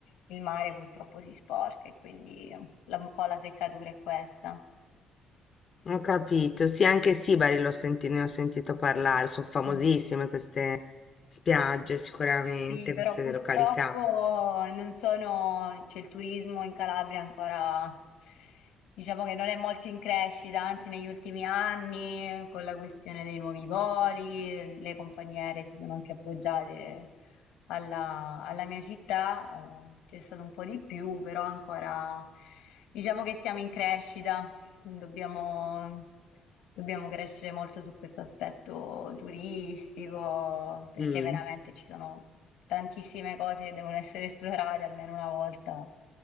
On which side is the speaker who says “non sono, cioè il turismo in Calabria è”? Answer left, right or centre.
Left